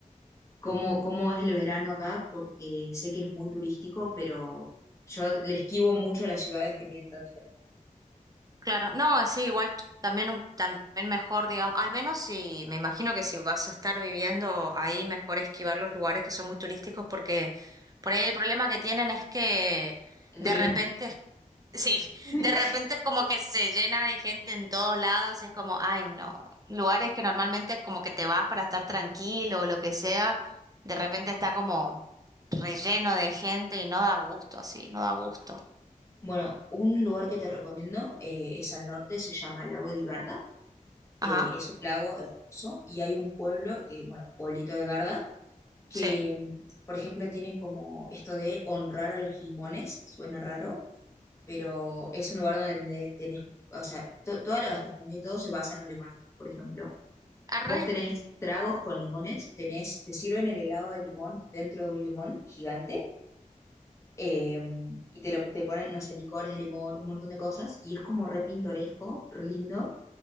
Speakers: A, on the left; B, on the right.
A: cómo, cómo es el verano acá, porque sé que es muy turístico, pero yo le esquivo mucho a las ciudades que tienen tanta gente.
B: Claro, no, sí, igual también, un- también mejor, digamos, al menos si, me imagino que si vas a estar viviendo ahí, mejor esquivar los lugares que son muy turísticos porque por ahí el problema que tienen es que
A: El
B: de
A: turismo.
B: repente, es- sí, <laughs>
A: <laughs>
B: de repente es como que se llena de gente en todos lados, es como, ay, no, lugares que normalmente como que te vas para estar tranquilo o lo que sea, de repente está como relleno de gente y no da gusto, así, no da gusto.
A: Bueno, un lugar que te recomiendo eh, es al norte, se llama el lago de Garda. Eh,
B: Ajá,
A: es un lago hermoso y hay un pueblo, que, bueno, el pueblito de Garda, que,
B: sí.
A: mm, por ejemplo, tiene como esto de honrar a los limones, suena raro, pero es un lugar donde tenés, o sea, to- toda la gastronomía y todo se basa en los limones. Por ejemplo,
B: Arre.
A: Vos tenés tragos con limones, tenés, te sirven el helado de limón dentro de un limón gigante eh, y te, lo, te ponen, no sé, licores de limón, un montón de cosas y es como re pintoresco, re lindo.